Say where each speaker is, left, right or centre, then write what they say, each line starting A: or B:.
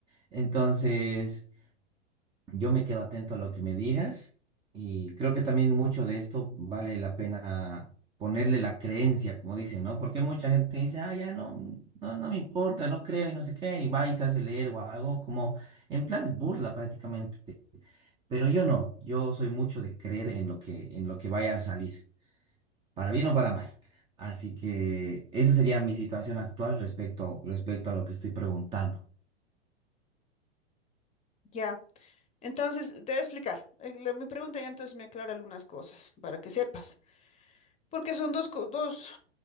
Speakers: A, on the right; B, on the left.
A: Entonces, yo me quedo atento a lo que me digas y creo que también mucho de esto vale la pena ponerle la creencia, como dicen, ¿no? Porque mucha gente dice, ah, ya no, no, no me importa, no creo y no sé qué, y va y se hace leer o algo como en plan de burla prácticamente. Pero yo no, yo soy mucho de creer en lo que, en lo que vaya a salir, para bien o para mal. Así que esa sería mi situación actual respecto, respecto a lo que estoy preguntando.
B: Ya. Entonces, te voy a explicar. Eh, la- mi pregunta ya entonces me aclara algunas cosas para que sepas. Porque son dos, co- dos